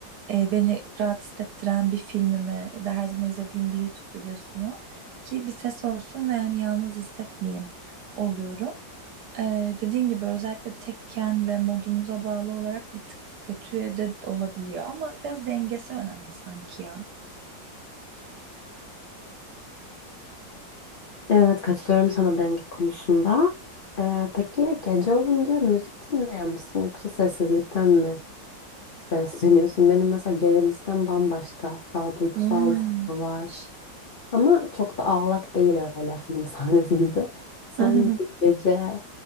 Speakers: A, on the right; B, on the left.
A: e, beni rahat hissettiren bir filmimi ya da her zaman izlediğim bir YouTube videosunu ki bir ses olsun ve yani yalnız hissetmeyeyim oluyorum. E, dediğin gibi özellikle tekken ve modumuza bağlı olarak bir tık kötüye de olabiliyor ama biraz dengesi önemli sanki ya.
B: Evet katılıyorum sana denge konusunda. Ee, peki gece olunca müzik dinleyen misin yoksa sessizlikten mi besleniyorsun. Benim mesela genel listem bambaşka. Daha duygusal,
A: Hmm.
B: yavaş. Ama çok da ağlak değil öyle film <laughs> sahnesi gibi. Sen
A: <laughs>
B: bir gece